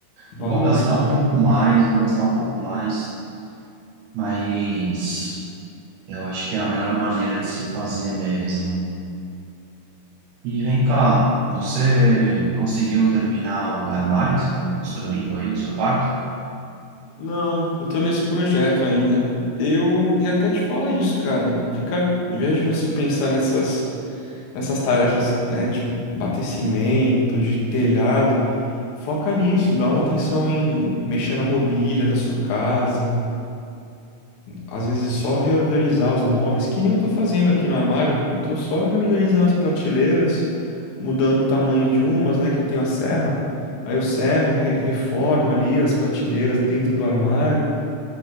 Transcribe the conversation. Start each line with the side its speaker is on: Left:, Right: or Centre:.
Left: Vai.
Right: Eu vou gastar um pouco mais, vou gastar um pouco mais, mas eu acho que é a melhor maneira de se fazer mesmo. E vem cá, você conseguiu terminar o armário que você estava construindo aí no seu quarto?
Left: Não, eu tô nesse projeto ainda. Eu ia até te falar isso, cara. Ficar, em vez de você pensar nessas, nessas tarefas, né, de batecimento, de telhado, foca nisso, dá uma atenção em mexer na mobília da sua casa. Às vezes só reorganizar os móveis, que nem eu tô fazendo aqui no armário. Eu tô só reorganizando as prateleiras, mudando o tamanho de umas, né? Que eu tenho a serra. Aí eu serro, re- reformo ali as prateleiras dentro do armário.